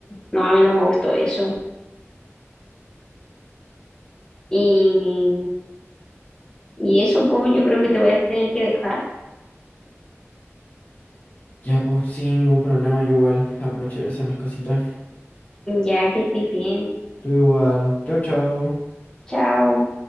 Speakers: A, on the left; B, on the left.
A: no, a mí no me gustó eso. Y, y eso, pues, yo creo que te voy a tener que dejar,
B: Ya, pues, sin ningún problema, yo igual aprovecho de hacer mis cositas.
A: ya que estés bien.
B: Tú igual. Chao, chao.
A: Chao.